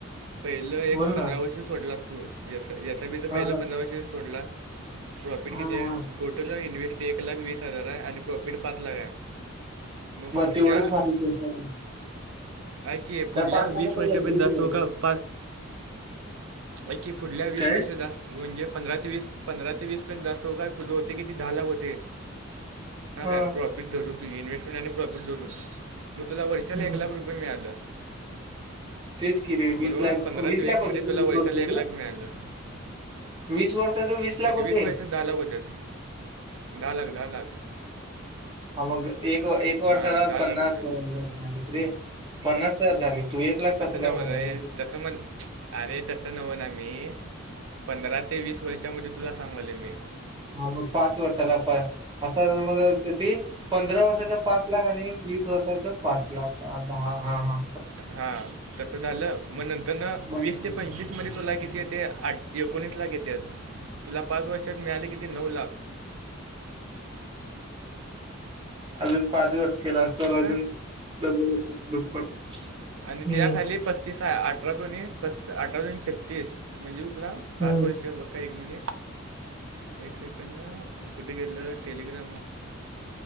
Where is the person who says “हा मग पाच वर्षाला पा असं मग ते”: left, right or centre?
Right